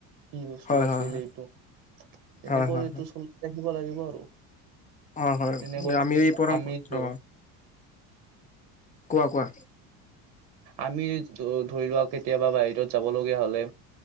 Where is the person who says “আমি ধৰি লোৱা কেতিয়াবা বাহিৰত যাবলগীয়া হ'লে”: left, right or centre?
Right